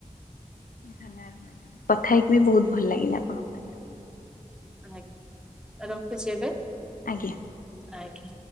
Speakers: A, on the left (about 85°); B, in the centre.
A: ଧନ୍ୟବାଦ ମ୍ୟାଡ଼ାମ କଥା ହେଇକି ବି ବହୁତ ଭଲ ଲାଗିଲା ଆପଣଙ୍କ ସାଙ୍ଗରେ
B: ଆଜ୍ଞା ରଖୁଛି ଏବେ।
A: ଆଜ୍ଞା।
B: ଆଜ୍ଞା।